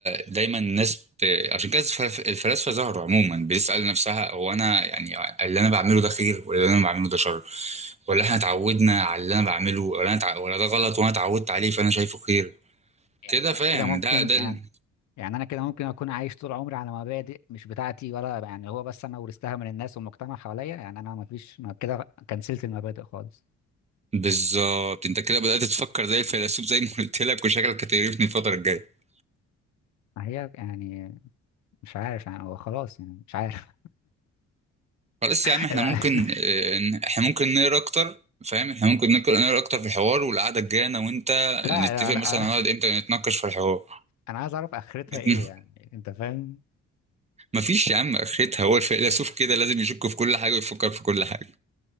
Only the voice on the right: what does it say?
دايما الناس ب... عشان كده الف- الفلاسفه ظهروا عموما بتسأل نفسها هو انا يعني اللي انا بعمله ده خير ولا اللي انا بعمله ده شر ولا احنا اتعودنا على اللي انا بعمله ولا انا تع... ولا ده غلط وانا اتعودت عليه فانا شايفه خير
كده فاهم
ده ده
ال-
بالظبط انت كده بدأت تفكر زي الفيلسوف زي ما قلت لك وشكلك هتقرفني الفتره الجايه
خلاص
يا عم احنا ممكن اه، احنا ممكن نقرا اكتر فاهم احنا ممكن نك- نقرا اكتر في الحوار والقعده الجايه انا وانت
نتفق
مثلا هنقعد امتى نتناقش في الحوار
<laughs>
مفيش يا عم اخرتها هو الفيلسوف كده لازم يشك في كل حاجه ويفكر في كل حاجه